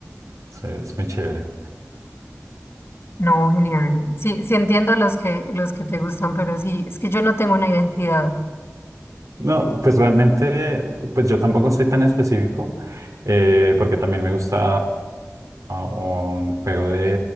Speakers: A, on the right; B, on the left.
A: Sí, es muy chévere.
B: No, genial. Sí, sí entiendo los que, los que te gustan, pero sí, es que yo no tengo una identidad.
A: No, pues realmente, pues yo tampoco soy tan específico, eh, porque también me gusta un juego de,